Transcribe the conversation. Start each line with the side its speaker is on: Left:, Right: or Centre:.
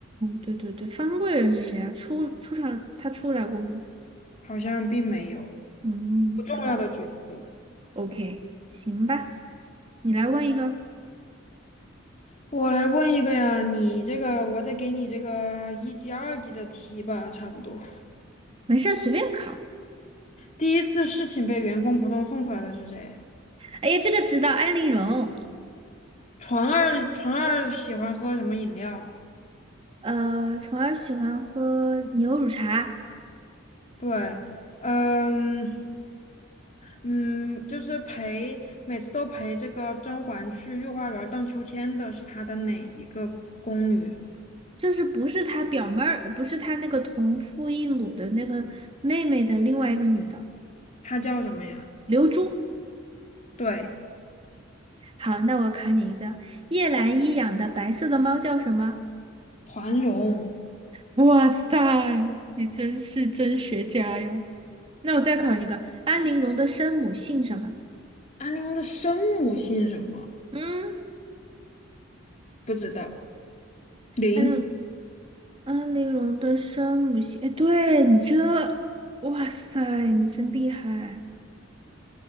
Right: 对对对，方贵人是谁啊？出出场他出来过吗？
Left: 好像并没有
Right: 嗯，
Left: 不重要的角色。
Right: 好吧，OK，行吧，你来问一个，
Left: 我来问一个呀，你这个我得给你这个一级、二级的题吧，差不多。
Right: 没事儿随便考。
Left: 第一次事情被原封不动送出来的是谁？
Right: 哎呀，这个知道，安陵容。
Left: 纯二，纯二喜欢喝什么饮料？
Right: 呃，虫儿喜欢喝牛乳茶，
Left: 对，嗯嗯，就是陪每次都陪这个甄嬛去御花园荡秋千的是她的哪一个宫女？
Right: 就是不是她表妹儿，不是她那个同父异母的那个妹妹的另外一个女的，
Left: 她叫什么呀？
Right: 刘珠。
Left: 对。
Right: 好，那我考你一个，叶澜依养的白色的猫叫什么？
Left: 团荣，
Right: 哇塞，你真是真学家呀！那我再考你一个，安陵容的生母姓什么？
Left: 安陵容的生母姓什么？
Right: 嗯，
Left: 不知道。林
Right: 安陵安陵容的生母姓，哎，对你这，哇塞，你真厉害。